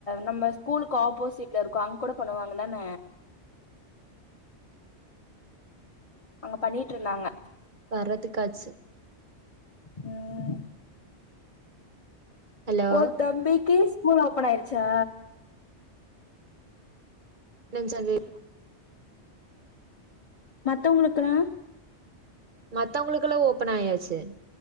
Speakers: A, on the left (about 30°); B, on the right (about 45°).
A: நம்ம ஸ்கூலுக்கு ஆப்போசிட்ல இருக்கு அங் கூட பண்ணுவாங்க அதான அங்க பண்ணிட்ருந்தாங்க
B: வர்றதுக்காச்சு
A: ம்
B: ஹலோ
A: ஓ தம்பிக்கு ஸ்கூல் ஓப்பன் ஆயிருச்சா
B: நெஞ்சாலே
A: மத்தவங்களுக்கலா
B: மத்தவங்களுக்கெல்லா ஓப்பன் ஆயாச்சு